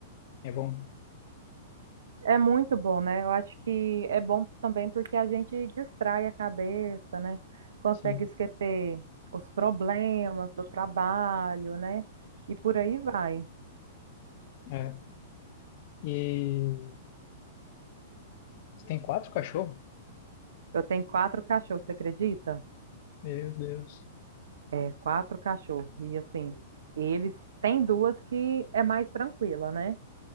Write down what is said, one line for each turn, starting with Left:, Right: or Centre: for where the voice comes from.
Left: é bom,
Right: É muito bom, né? Eu acho que é bom também porque a gente distrai a cabeça, né? Consegue
Left: sim.
Right: esquecer os problemas do trabalho, né? E por aí vai.
Left: É. E você tem quatro cachorros?
Right: Eu tenho quatro cachorros, você acredita?
Left: Meu Deus.
Right: É, quatro cachorros. E assim, eles têm duas que é mais tranquila, né?